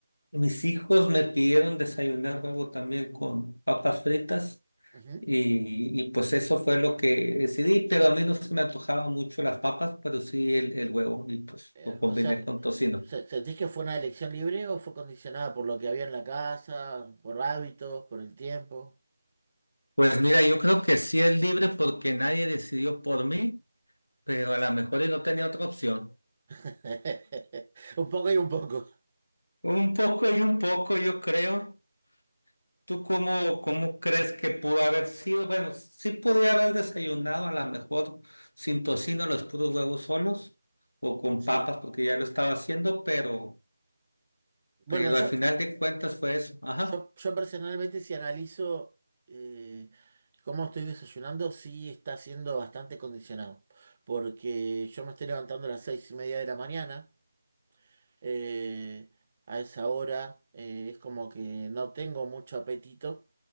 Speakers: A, on the left; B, on the right.
A: mis hijos me pidieron desayunar huevo también con papas fritas
B: Ujú.
A: y, y pues eso fue lo que decidí, pero a mí no se me antojaban mucho las papas, pero sí el, el huevo y pues
B: Eh,
A: lo combiné
B: o sea,
A: con tocino.
B: ¿Se- ¿Sentís que fue una elección libre o fue condicionada por lo que había en la casa, por hábitos, por el tiempo?
A: Pues mira, yo creo que sí es libre porque nadie decidió por mí, pero a lo mejor y no tenía otra opción.
B: <laughs> Un poco y un poco,
A: Un poco y un poco, yo creo. ¿Tú cómo, cómo crees que pudo haber sido? Bueno, sí podía haber desayunado a lo mejor sin tocino los puros huevos solos o con
B: sí.
A: papas porque ya lo estaba haciendo, pero,
B: Bueno,
A: pero
B: yo,
A: al final de cuentas fue eso. Ajá.
B: yo, yo personalmente si analizo eh, cómo estoy desayunando, sí está siendo bastante condicionado, porque yo me estoy levantando a las seis y media de la mañana. eh, a esa hora eh, es como que no tengo mucho apetito.